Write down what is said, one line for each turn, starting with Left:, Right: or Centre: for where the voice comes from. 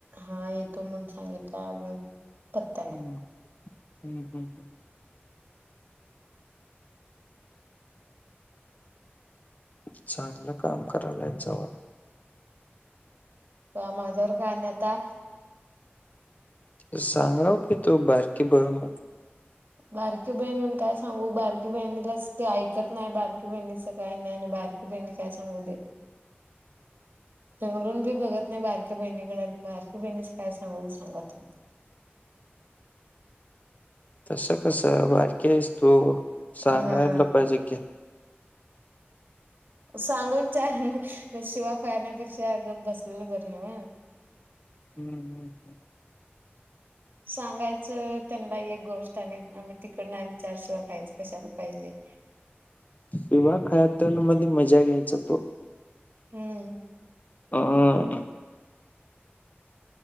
Right: हा येतो म्हणून सांगितला. अजून पत्ता
Left: हम् हम्म चांगलं काम करायला येत जावा.
Right: माझ्यावर का आणि आता?
Left: सांगाव का तो बारकी बरून
Right: बारकी बहिणीून काय सांगू? बारकी बहिणीलाच ते ऐकत नाही, बारकी बहिणीच काय नाही आणि बारकी क बईनी काय सांगू दे. हेंगलुन बी बघत नाही बारक्या बहिणीकडे आणि बारकी बहिणीच काय सांगूनली सांगा तुम्ही?
Left: तस कसं? बारकी आहेस तू. सांगायला
Right: हम्.
Left: पाहिजे की
Right: सांगून चार शिव्या खाण्यापेक्षा गप बसलेलं बरं न्हवं.
Left: <inaudible>
Right: सांगायचं त्यांना एक गोष्ट आणि आम्ही तिकडन आणि चारशिवाय खायच कशाला पाहिजे.
Left: विवाह खातमध्ये मजा घ्यायचा तो.
Right: हम्म
Left: हम.